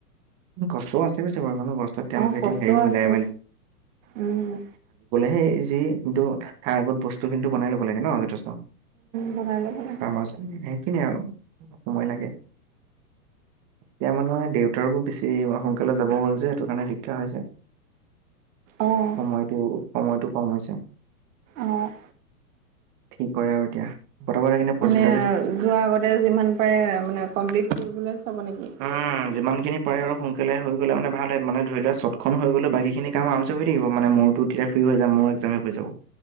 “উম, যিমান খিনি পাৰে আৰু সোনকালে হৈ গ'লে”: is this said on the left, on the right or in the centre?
Right